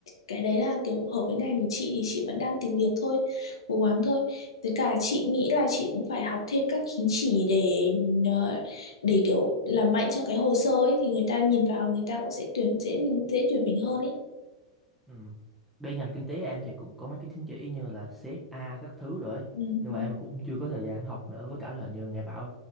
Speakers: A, on the left (about 80°); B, in the centre.
A: cái đấy là kiểu hợp với ngành của chị thì chị vẫn đang tìm việc thôi cố gắng thôi với cả chị nghĩ là chị cũng phải học thêm các chứng chỉ để ờ, để kiểu làm mạnh cho cái hồ sơ ấy thì người ta nhìn vào người ta cũng sẽ tuyển dễ mình dễ tuyển mình hơn ấy
B: Ừ. Bên ngành kinh tế em thì cũng có mấy cái chứng chỉ như là xê ép a các thứ rồi ấy.
A: ừ,
B: Nhưng
A: ừ,
B: mà em cũng chưa có thời gian học nữa với cả là như nghe bảo